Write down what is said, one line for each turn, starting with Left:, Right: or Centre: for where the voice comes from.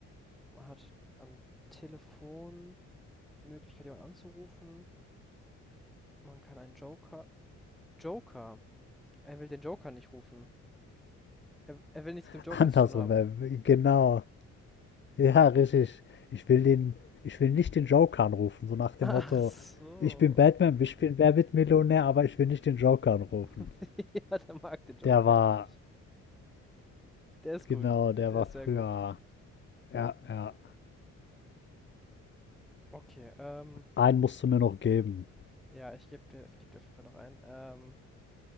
Centre: man hat am Telefon Möglichkeit, jemanden anzurufen, man kann einen Joker. Joker! Er will den Joker nicht rufen. Er, er will nichts
Left: <laughs>
Centre: mit dem Joker
Left: Andersrum,
Centre: zu tun haben.
Left: wer, genau. Ja, richtig. Ich will den, ich will nicht den Joker anrufen, so nach dem
Centre: Ach
Left: Motto,
Centre: so.
Left: ich bin Batman, ich bin Wer wird Millionär, aber ich will nicht den Joker anrufen.
Centre: <laughs> ja, der mag den Joker
Left: Der war,
Centre: ja nicht. Der ist
Left: genau,
Centre: gut.
Left: der
Centre: Der
Left: war
Centre: ist
Left: früher.
Centre: sehr gut.
Left: Ja, ja.
Centre: Okay, ähm,
Left: Einen musst du mir noch geben.
Centre: ja, ich gebe dir, ich geb dir auf jeden Fall noch einen. Ähm,